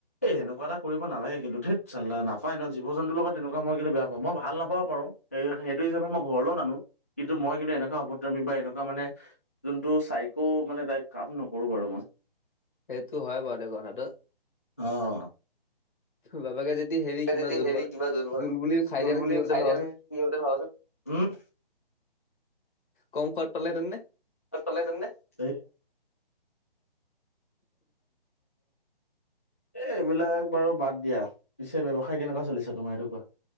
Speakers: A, on the left; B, on the left.
A: এই সেনেকুৱা এটা কৰিব নালাগে কিন্তু ঠেটহ চালা নাপায় ন জীৱ-জন্তুৰ লগত তেনেকুৱ মই কিন্তু বেয়া পাওঁ মই ভাল নাপাবও পাৰো। সে সেইটো হিচাপে মই ঘৰলৈও নানো, কিন্তু মই কিন্তু এনেকুৱা অপদত্ৰমী বা এনেকুৱা মানে এইটো চাইকো মানে তাই কাম নকৰো বাৰু মই।
B: সেইটো হয় বাৰু দে কথাটো।
A: অ'
B: তোৰ বাপাকে যদি হেৰি কিবা
A: যদি
B: জোল
A: হেৰি
B: ব
A: কিবা বনাই
B: জোল বুলি খাই
A: জোল
B: দিয়া হয়
A: বুলি খাই
B: ভাবাচোন।
A: দিয়া নহয় কি হ'লহেঁতেন ভাবাচোন। উম।
B: কম খোৱাদ পালে হেতেন নে।
A: <inaudible> এ এইবিলাক বাৰু বাদ দিয়া, পিছে ব্যৱসায় কেনেকুৱা চলিছো তোমাৰ এইটো কোৱা।